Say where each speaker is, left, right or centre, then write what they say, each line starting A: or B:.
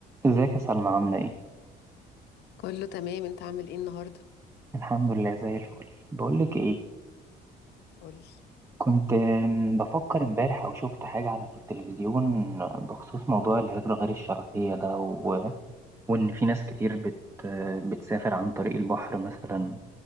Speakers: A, on the right; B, on the left.
A: ازيك يا سلمى عاملة ايه؟
B: كله تمام انت عامل ايه النهارده
A: الحمد لله زي الفل بقولك ايه
B: قولي
A: كنت آم، بفكر امبارح او شفت حاجة على التلفزيون بخصوص موضوع الهجرة غير الشرعية ده و... وان في ناس كتير بت... بتسافر عن طريق البحر مثلا